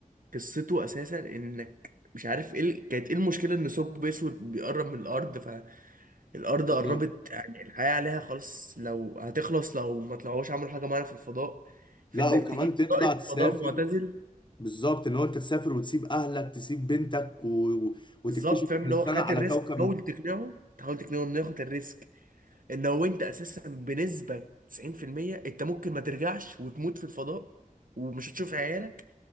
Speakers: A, on the right; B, on the left.
A: قصته اساسا انك مش عارف ايه ال- كانت ايه المشكله ان ثقب اسود بيقرب من الارض الارض
B: بالظبط
A: قربت يعني الحياه عليها خلاص لو هتخلص لو ما طلعوش عملوا حاجه معينه في الفضاء فانك
B: لا وكمان
A: تجيب
B: تطلع
A: رائد
B: تسافر
A: فضاء معتزل
B: بالظبط ان هو انت تسافر وتسيب اهلك تسيب بنتك و... و- وتكتشف
A: بالظبط فاهم
B: ان
A: اللي
B: السنه
A: هو خد
B: على
A: الريسك
B: كوكب
A: حاول
B: مش-
A: تقنعه تحاول تقنعه انه ياخد الريسك ان هو انت اساسا بنسبه 90% انت ممكن ما ترجعش وتموت في الفضاء ومش هتشوف عيالك